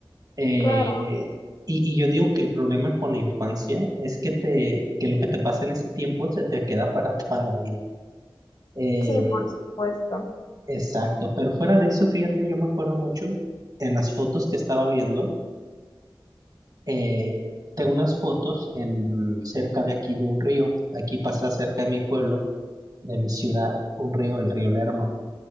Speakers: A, on the right; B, on the left.
A: Eh,
B: claro.
A: y, y yo digo que el problema con la infancia es que, te, que lo que te pasa en ese tiempo se te queda para <laughs> toda la vida. Eh,
B: Sí, por supuesto.
A: Exacto, pero fuera de eso, fíjate, yo me acuerdo mucho en las fotos que estaba viendo, eh, tengo unas fotos en cerca de aquí de un río, aquí pasa cerca de mi pueblo, de mi ciudad, un río, el río Lerma.